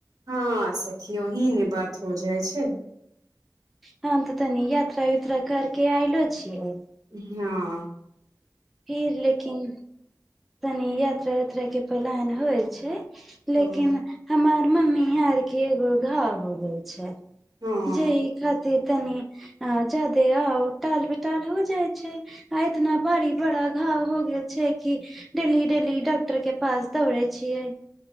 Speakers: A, on the right (about 55°); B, in the centre.
A: हाँ सखियऔही नहि बात हो जाइ छै
B: हाँ तऽ तनी यात्रा यूत्र्रा करके आयलो छियै
A: हाँ
B: फिर लेकिन तनि यात्रा उत्रा के प्लान होइ छै लेकिन
A: ह
B: हमर मम्मी यह आर के एगो घाव हो गेल छै
A: हँ
B: जे ई खातिर तनी ज्यादे आउ टाल बेटाल हो जाय छै आ इतना बरी बड़ा घ हो गेल छै कि डेली डेली डॉक्टर के पास दौड़य छियै